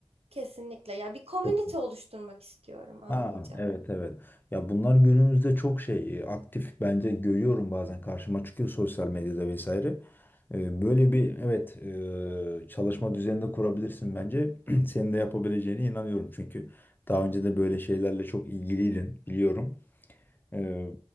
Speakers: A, on the right; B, on the left.
A: Kesinlikle. Ya bir komünite
B: Çok
A: oluşturmak istiyorum anlayacağım.
B: Ha, evet evet. Ya bunlar günümüzde çok şey e, aktif bence görüyorum bazen karşıma çıkıyor sosyal medyada vesaire. E, Böyle bir evet e, çalışma düzeninde kurabilirsin bence. <clears throat> Senin de yapabileceğine inanıyorum çünkü daha önce de böyle şeylerle çok ilgiliydin biliyorum. E,